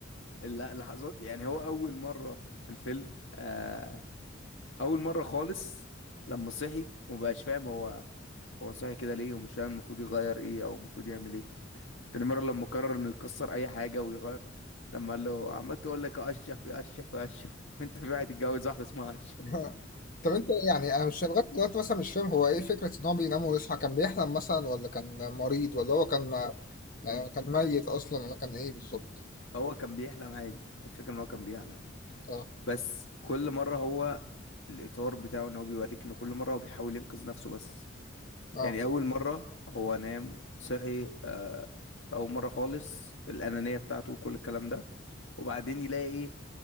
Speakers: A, on the left; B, on the left.
A: اللحظات يعني هو أول مرة في الفيلم آه اول مره خالص لما صحي ومبقاش فاهم هو هو صحي كده ليه ومش فاهم المفروض يغير ايه او المفروض يعمل ايه تاني مره لما قرر انه يكسر اي حاجه ويغير لما قال له عمال تقول لك اشرف يا اشرف يا اشرف <laughs> وانت في واحد يتجوز واحده اسمها اشرف
B: <laughs> طب انت يعني انا مش لغايه دلوقتي مثلا مش فاهم هو ايه فكره ان هو بينام ويصحى كان بيحلم مثلا ولا كان مريض ولا هو كان يعني كان ميت اصلا ولا كان ايه بالظبط
A: هو كان بيحلم عادي الفكره ان هو كان بيحلم
B: اه
A: بس كل مره هو الاطار بتاعه ان هو بيوريك ان كل مره هو بيحاول ينقذ نفسه بس
B: اه
A: يعني اول مره هو نام صحي آه، في اول مره خالص الانانيه بتاعته وكل الكلام ده وبعدين يلاقي ايه